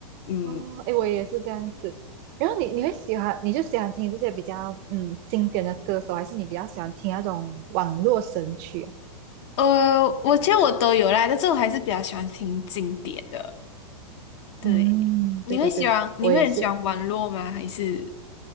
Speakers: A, on the left; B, on the right.
A: 嗯，
B: 哦，哎，我也是这样子。然后你你会喜欢，你就喜欢听这些比较嗯经典的歌手，还是你比较喜欢听那种网络神曲啊？
A: 呃，我其实我都有啦，但是我还是比较喜欢听经典的。对，
B: 嗯，
A: 你会喜欢，
B: 对对对，
A: 你会很喜欢网络吗？
B: 我也是。
A: 还是？